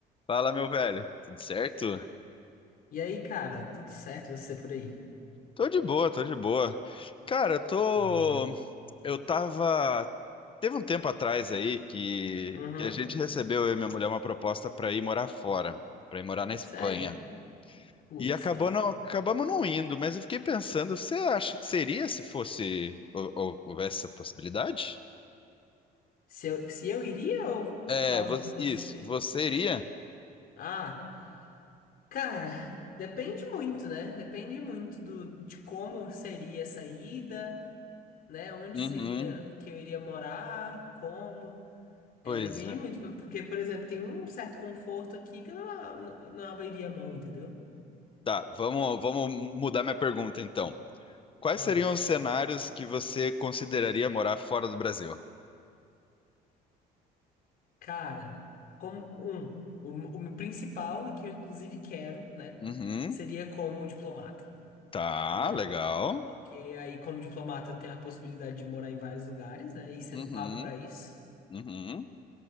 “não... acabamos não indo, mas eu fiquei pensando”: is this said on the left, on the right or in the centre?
Left